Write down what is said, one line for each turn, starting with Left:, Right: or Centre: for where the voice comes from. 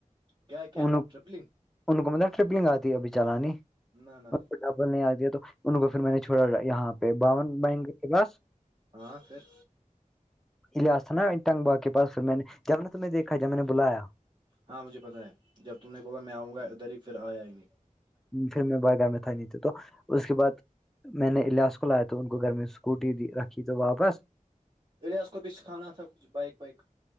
Right: کیا کیا
Centre: ان
Right: ٹریپلنگ
Centre: ان کو مطلب ٹرپنگ آتی ہے ابھی چلانی
Right: نہ نہ
Centre: کو
Right: <unintelligible>
Centre: نہیں آ دیا تو ان کو پھر میں نے چھوڑا یہاں پہ باون ب پاس
Right: ہاں پھر
Centre: ایاس تھا نا انٹنگ باغ پس پھر میں نے جب نے تمہ دھا جب میں نے بلایا
Right: ہاں مجھے پتا ہے جب تم نے کہوگا میں آؤں گا ا در پھر آیا ہی نہیں
Centre: پھر میں بار گار میں تھا ہی نہیں ت تو اس کے بعد میں نے الاس کو لایا تو ان کو گھر میں اسکوٹی رکھی تو واپس
Right: رڈیاز کو بھی سکھانا تھا کچھ بائک وائک